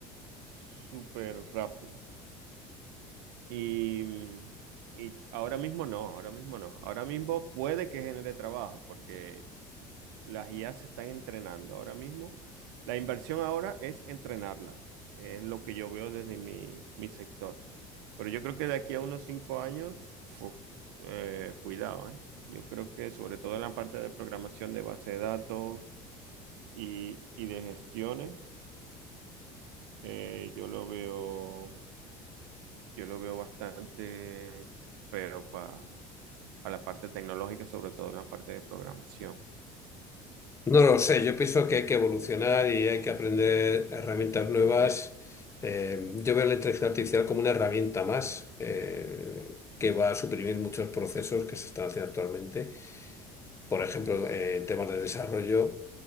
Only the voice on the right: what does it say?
súper rápida. Y, y ahora mismo no, ahora mismo no. Ahora mismo puede que genere trabajo, porque las IA se están entrenando ahora mismo. La inversión ahora es entrenarlas, es lo que yo veo desde mi, mi sector. Pero yo creo que de aquí a unos cinco años, uf, eh, cuidado, ¿eh? Yo creo que sobre todo en la parte de programación de base de datos y, y de gestiones, eh, yo lo veo, yo lo veo bastante feo para la parte tecnológica, sobre todo en la parte de programación.
Sí.